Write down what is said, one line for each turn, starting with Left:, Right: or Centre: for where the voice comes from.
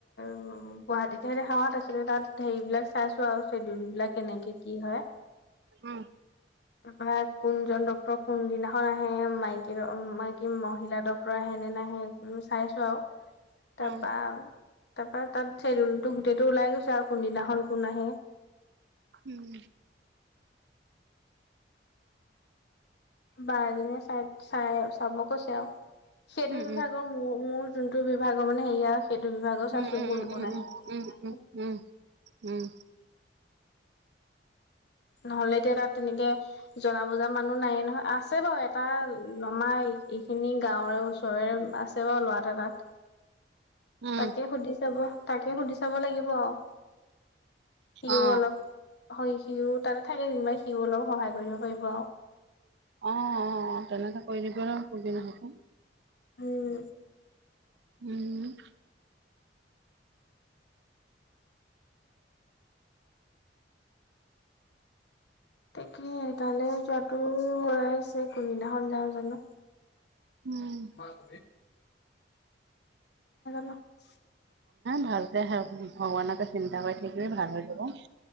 Left: স উ গুৱাহাটীত হে দেখাও আছিলে তাত হেৰি বিলাক চাইছো আৰু চেডিউল বিলাক কেনেকে কি হয়
Right: উম।
Left: তাৰপৰা কোনজন ড্ক্তৰ কোনদিনাখন আহে মাইকী মাইকী মহিলা ডক্তৰ আহে সেনে ন সে চাইছো আৰু
Right: অ
Left: তাৰ পৰা তাৰ পৰাৰা তাত চেডিউলটো গোটেইটো ওলাই গৈছে আৰু কোনদিনাখন কোন আহে
Right: উম।
Left: বা এজনীয়ে চাই, চাই চাব কৈছে আৰু সেইটো
Right: উম
Left: বিভাগৰ মোৰ, মোৰ যোনটো বিভাগৰ মানে হেৰি আৰু সেইটো বিভাগৰ চাইছো
Right: উম উম উম
Left: কোন, কোন আহে
Right: উম
Left: কোন কোন
Right: উম
Left: নাহে
Right: উম উম উম
Left: নহ'লে এতিয়া তাত তেনেকে জনা বুজা মানুহ নাইে নহয় আছে বাৰু এটা নমাই এইখিনি গাঁৱৰে ওচৰেৰে আছে বাৰু ল'ৰাট তাত
Right: উম
Left: তাকে সুধি চাব, তাকে সুধি চাব লাগিব আৰু সিও
Right: অ
Left: অলপ হয় সিও তাতে থাকে যেনিবা সিও অলপ সহায় কৰিব পাৰিব আৰু
Right: অ', অ', অ', তেনেকে কৰি দিব আৰু <unintelligible>
Left: উম।
Right: উম।
Left: তাকে তালে যোৱাাতটো হৈ আছে কোনবিদিনাখনল যাওঁ জানো
Right: উম
Left: ন গ <unintelligible>
Right: ভালকে ভগৱানকে চিন্তা কৰি থাকিলে ভাল হৈ যাব